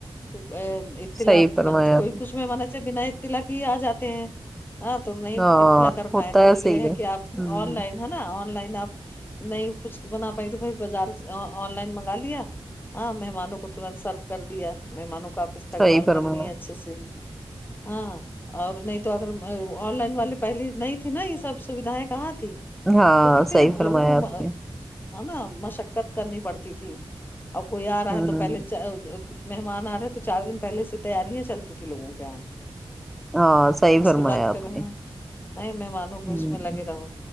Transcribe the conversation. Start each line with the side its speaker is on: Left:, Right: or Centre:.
Left: ا اطلاع
Centre: صحیح فرمایا
Left: کوئی کچھ مہمان سے بنا اطلاع کیے آ جاتے ہیں ہاں تو نہیں
Centre: ہاں
Left: اطلاع کر
Centre: ہوتا
Left: پائے تو یہ
Centre: صحیح
Left: ہے کہ آپ
Centre: ہ
Left: آن لائن ہے نا آن لائن آپ نہیں کچھ بنا پائی تو بھائی بازار سے آن لائن منگا لیا ہاں مہمانوں کو تو ترنت سرو کر دیا مہمانوں کا آپ استقبال
Centre: صحیح فرمایا
Left: کر لیے اچھے سے ہاں اور نہیں تو اگر آن لائن والے پہلے نہیں تھی نا یہ سب سویدھائیں کہاں تھی
Centre: ہاں
Left: تو کتنے
Centre: صحیح فرمایا
Left: لوگوں کو
Centre: آپ
Left: ما
Centre: نے
Left: ہے نا مشقت کرنی پڑتی تھی اور کوئی آ رہا
Centre: ہ
Left: ہے تو پہلے چا- مہمان آ رہے ہے تو چار دن پہلے سے تیاریاں چلتی تھی لوگوں کے یہاں
Centre: ہاں صحیح
Left: اس
Centre: فرمایا
Left: کے بعد
Centre: آپ
Left: پھر
Centre: نے
Left: نئے مہمانوں کو
Centre: ہ
Left: اس میں لگے رہو